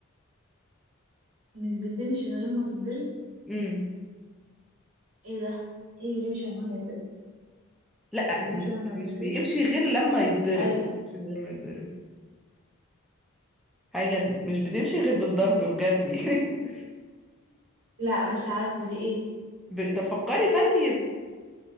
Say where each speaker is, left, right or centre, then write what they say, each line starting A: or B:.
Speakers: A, on the right; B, in the centre.
A: مش بتمشي من غير ما تتضرب
B: امم
A: ايه ده ايه اللي بيمشي من غير ما يتضرب
B: لا
A: مش بيمشي
B: مش
A: لما يتضرب
B: مش بيمشي غير لما يتضرب
A: ايوه
B: مش بيمشي من غير ما يتضرب حاجة مش بتمشي غير بالضرب بجد <laughs>
A: لا مش عارفه دي ايه
B: ب... طب فكري طيب